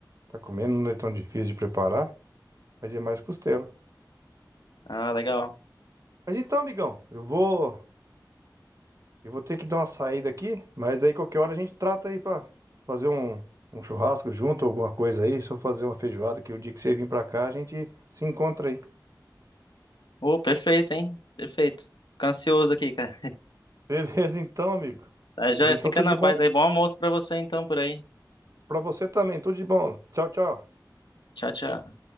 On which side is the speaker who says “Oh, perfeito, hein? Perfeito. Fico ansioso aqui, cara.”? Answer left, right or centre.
Left